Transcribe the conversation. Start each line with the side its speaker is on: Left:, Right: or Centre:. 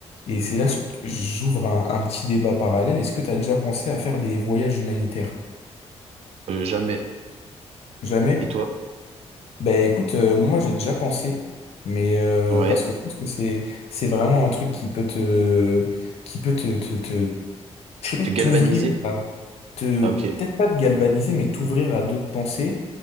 Left: et c'est là que j'ouvre un, un petit débat parallèle. Est-ce que tu as déjà pensé à faire des voyages humanitaires?
Right: Euh, jamais.
Left: Jamais?
Right: Et toi?
Left: Ben écoute, euh, moi j'ai déjà pensé, mais euh,
Right: Ouais.
Left: parce que je pense que c'est c'est vraiment un truc qui peut te qui peut te te, te je sais pas
Right: Tu
Left: t'ouvrir,
Right: galvanisé?
Left: à- te
Right: Ah, ok.
Left: peut-être pas te galvaniser, mais t'ouvrir à d'autres pensées